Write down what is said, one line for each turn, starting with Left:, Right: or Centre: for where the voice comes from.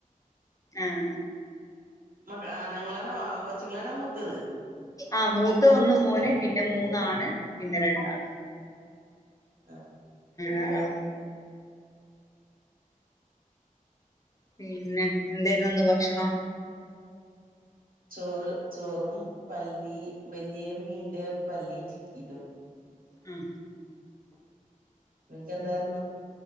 Left: ആഹ്
Right: മക ആണുങ്ങളാണോ കൊച്ചുങ്ങളാണോ മൂത്തത്
Left: ആ മൂത്ത ഒന്ന് മൂന് <inaudible> പിന്നെ മൂന്നാണ് പിന്നെ രണ്ടാണ്.
Right: ആഹ
Left: ആണ.. പിന്നെ എന്തായിന്ന് ഭക്ഷണം
Right: ചോറ് ചോറും പല്ലിനി വലിയ മീന്റെ പല്ലി ചിക്കീതും.
Left: ആഹ
Right: നിനക്ക് എന്തായിര്ന്ന്.